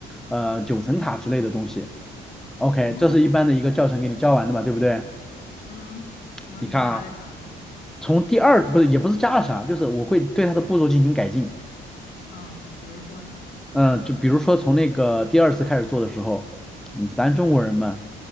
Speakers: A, in the centre; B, on the left.
A: 呃九层塔之类的东西。OK，
B: 哦，
A: 这是一般的一个教程给你教完的嘛，对不对？
B: 嗯，然后你加的啥呢？
A: 你看啊，从第二不是也不是加了啥，就是我会对它的步骤进行改进。
B: 嗯，比如说呢？
A: 嗯，就比如说从那个第二次开始做的时候，嗯咱中国人嘛，